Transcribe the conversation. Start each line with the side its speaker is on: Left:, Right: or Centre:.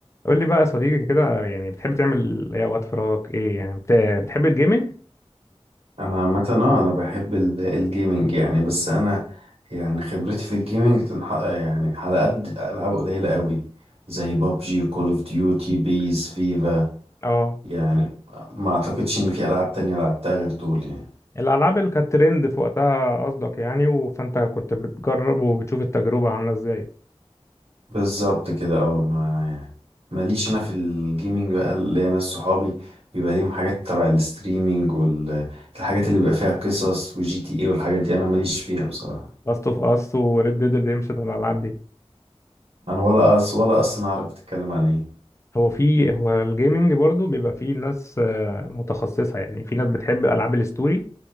Left: قول لي بقى يا صديقي كده على- يعني بتحب تعمل ايه وقت فراغك ايه يعني بت- بتحب الجيمنج
Right: انا عامه اه انا بحب ال- الجيمينج يعني بس انا يعني خبرتي في الجيمينج تنحق يعني على قد العاب قليله قوي زي بابجي كول اوف ديوتي بيز فيفا
Left: اه
Right: يعني ما اعتقدش ان في العاب تانية لعبتها غير دول يعني
Left: الالعاب اللي كانت ترند في وقتها قصدك يعني و- فانت كنت بتجرب وبتشوف التجربه عامله ازاي
Right: بالظبط كده اه ما يعني ماليش انا في الجيمينج بقى اللي انا صحابي بيبقى ليهم حاجات تبع الستريمينج والحاجات اللي بيبقى فيها قصص وجي تي ايه والحاجات دي انا ماليش فيها بصراحه
Left: لاست اوف اس وريد ديد ريديمشن والالعاب دي
Right: انا ولا أص ولا اصلا اعرف بتتكلم عن ايه
Left: هو في هو الجيمنج برضو بيبقى فيه ناس آه، متخصصه يعني في ناس بتحب العاب الستوري